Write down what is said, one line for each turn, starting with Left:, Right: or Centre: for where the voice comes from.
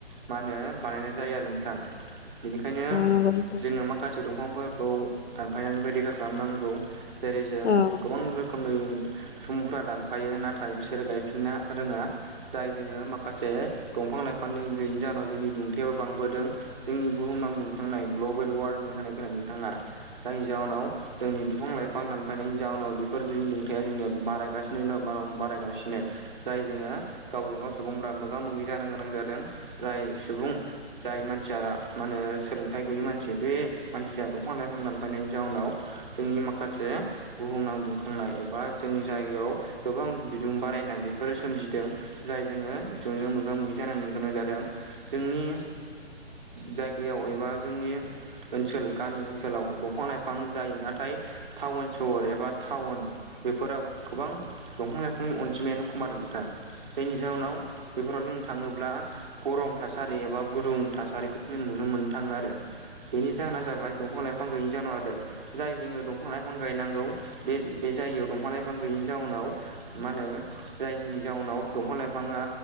Right: मा होनो बानायनाय जायो आरो नोंथां बेनिखायनो
Left: नंगौ नोंथां
Right: जोङो माखासे दंफांफोरखौ दानफायनायनिफ्राय रैखा खालामनांगौ जेरै जों
Left: औ
Right: गोबां रोखोम फुंफोरा दानफायो नाथाय बिसोरो गायफिनना रोङा जाय जोङो माखासे दंफां लाइफांनि गैयैनि जाहोनाव जोंनि दुंथाययाबो बांबोदों जोंनि बुहुमनाव दुंखांनाय ग्लबेल वारमिं होननाय खोना नोंथाङा जायनि जाहोनाव जोंनि बिफां लाइफां दानफायनायनि जाउोनाव बेफोरनि दुंथाया जोंनियाव बारायगासिनो दङं बारायगासिनो जाय जोङो गावजों गाव सुबुंफ्रा मोगा मोगि जानो गोनां जादों जाय सुबुं जाय मानसिया मा होनो सोलोंथाइ गैयि मानसि बे मानसिया दंफां लाइफां दानफायनायनि जाउनाव जोंनि माखासे बुहुम नां दुंखांनाय एबा जोंनि जायगायाव गोबां बिदुं बारायनाय बेफोरो सोमजिदों जाय जोङो बिथिजों मोगा मोगि जानांनो गोनां जादों जोंनि जायगायाव एबा जोंनि ओनसोल गामि ओनसोलाव दंफां लाइफां जायो नाथाय नाथाय टाउन सहर एबा टाउन बेफोराव गोबां दंफां लाइफांनि अनजिमायानो खमादों नोंथां जायनि जाहोनाव बेफोराव जों थांङोब्ला गरम थासारि एबा गुदुं थासारिखौ जों नुनो मोननो थांङो आरो बेनि जाहोना जाबाय दंफां लाइफां गैयैनि जाहोनाव आरो जाय जोंङो दंफां लाइफां गायनांगौ बे बे जायगायाव दंफां लाइफां गैयिनि जाउनाव मा होनो जायनि जाउनाव दंफां लाइफाङा